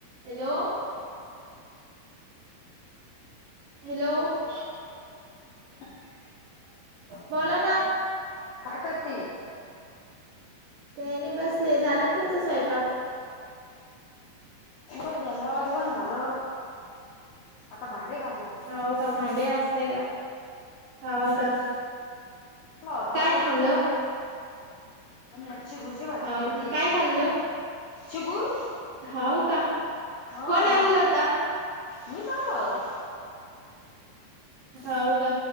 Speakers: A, on the right; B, on the left.
A: हॅलो. हॅलो.
B: <inaudible>
A: बोला ना.
B: काय करती?
A: काही नाही बसले. झाला का तुमचा स्वयंपाक?
B: करून झालं, जेवूण झालं, आता भांडे घास-
A: हाव का भांडे घासतंय का? हाव का.
B: <unintelligible> पण
A: काय खाल्लं
B: आता काय हे शेगुरची भाजी
A: हाव
B: केल
A: का
B: ती.
A: काय खाल्लं
B: शुगुर?
A: हाव अ का.
B: हां
A: कोण आणलं होता
B: <inaudible> मी सागला होता.
A: हाव का,